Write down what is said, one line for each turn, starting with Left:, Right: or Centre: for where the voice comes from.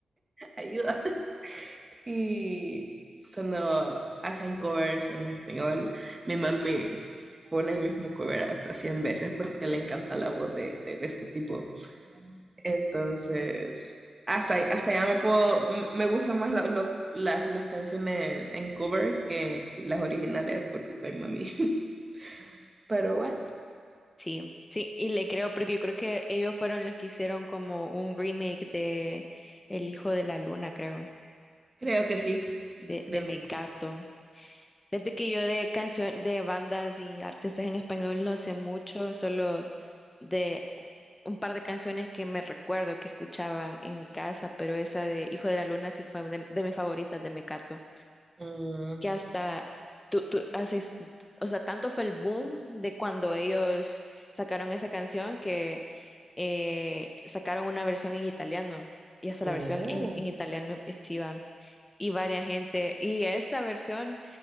Right: Ayuda. Y cuando hacen covers en español, mi mami pone el mismo cover hasta 100 veces porque le encanta la voz de, de- de este tipo. Entonces, hasta, hasta ya me puedo, m- me gustan más la- los- las, las canciones en covers que las originales por culpa de mami. <laughs> Pero bueno,
Left: Sí, sí, y le creo porque yo creo que ellos fueron los que hicieron como un remake de El Hijo de la Luna, creo,
Right: creo que sí.
Left: de,
Right: creo
Left: de Mecato.
Right: que sí.
Left: Desde que yo de canción, de bandas y artistas en español no sé mucho, solo de un par de canciones que me recuerdo que escuchaban en mi casa, pero esa de Hijo de la Luna sí fue de, de mis favoritas de Mecato.
Right: Mm,
Left: que hasta tú, tú haces, o sea, tanto fue el boom de cuando ellos sacaron esa canción que eh, sacaron una versión en italiano y hasta la
Right: Oh,
Left: versión en, en italiano es chiva y varias gente y esta versión